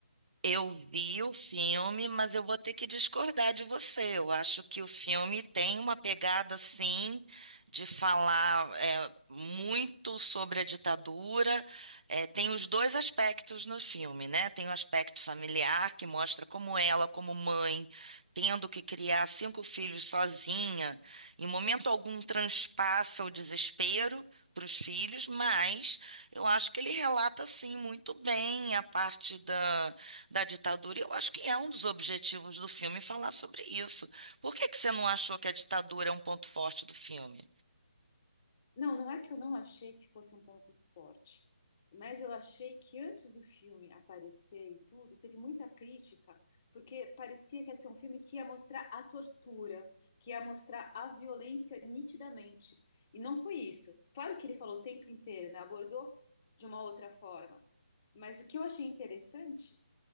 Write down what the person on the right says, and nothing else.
Eu vi o filme, mas eu vou ter que discordar de você. Eu acho que o filme tem uma pegada, sim, de falar é, muito sobre a ditadura. É, tem os dois aspectos no filme, né? Tem o aspecto familiar, que mostra como ela, como mãe, tendo que criar cinco filhos sozinha, em momento algum transpassa o desespero para os filhos, mas eu acho que ele relata, sim, muito bem a parte da da ditadura. E eu acho que é um dos objetivos do filme falar sobre isso. Por que que você não achou que a ditadura é um ponto forte do filme?